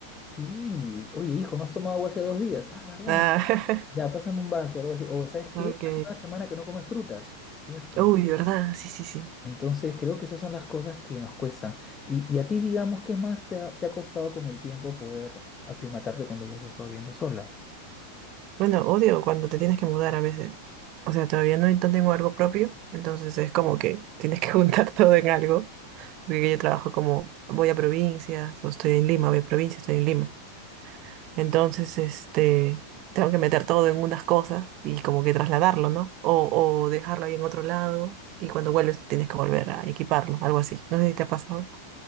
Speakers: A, on the left (about 20°); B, on the right (about 40°).
A: Y, oye, hijo, ¿no has tomado agua hace dos días? Ah, ¿verdad?
B: Ah,
A: Ya, pásame un vaso o algo así. O, ¿sabes qué?
B: <laughs> ok.
A: Hace una semana que no comes frutas. Cierto,
B: Uy,
A: ¿no?
B: ¿verdad? Sí, sí, sí.
A: Entonces creo que esas son las cosas que nos cuestan. Y, y a ti, digamos, ¿qué más te ha, te ha costado con el tiempo poder aclimatarte cuando ya has estado viviendo sola?
B: Bueno, odio cuando te tienes que mudar a veces. O sea, todavía no no tengo algo propio, entonces es como que <laughs> tienes que juntar <laughs> todo en algo, porque yo trabajo como voy a provincias, o estoy en Lima, voy a provincias, estoy en Lima. Entonces, este, tengo que meter todo en unas cosas y como que trasladarlo, ¿no? O, o dejarlo ahí en otro lado y cuando vuelves tienes que volver a equiparlo, algo así. No sé si te ha pasado.